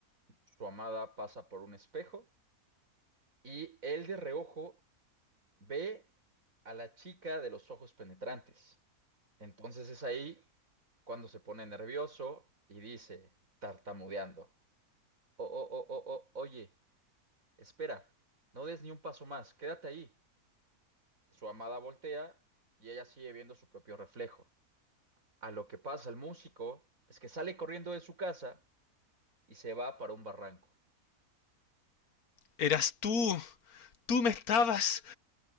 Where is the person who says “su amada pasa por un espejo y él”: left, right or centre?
Right